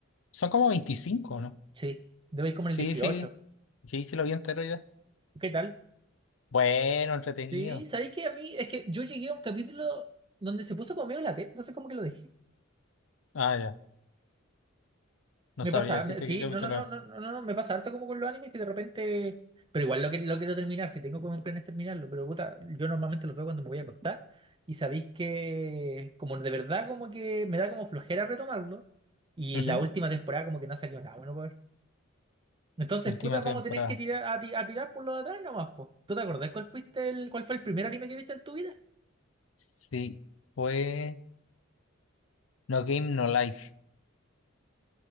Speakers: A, on the left (about 70°); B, on the right (about 25°).
A: Son como 25, ¿no?
B: Sí, debo ir como
A: Sí,
B: en el 18.
A: sí, sí, sí lo vi entero ya.
B: ¿Qué tal?
A: Bueno, entretenido.
B: Sí, ¿sabéis que a mí? Es que yo llegué a un capítulo donde se puso como medio latente, entonces como que lo dejé.
A: Ah, ya. No
B: Me
A: sabría
B: pasa,
A: decirte
B: me- sí,
A: qué capítulo
B: no, no, no,
A: es.
B: no, no, no, no, me pasa harto como con los animes que de repente... Pero igual lo, que, lo quiero terminar, si tengo como un plan es terminarlo, pero puta, yo normalmente los veo cuando me voy a acostar y sabéis que como de verdad como que me da como flojera retomarlo y
A: Ujú,
B: la última temporada como que no ha salido nada bueno Entonces,
A: Última
B: puta,
A: temporada.
B: vamos a tener que tirar a, ti- a tirar por lo de atrás nomás, po. ¿Tú te acordás cuál fuiste el, cuál fue el primer anime que viste en tu vida?
A: Sí, fue No Game, No Life.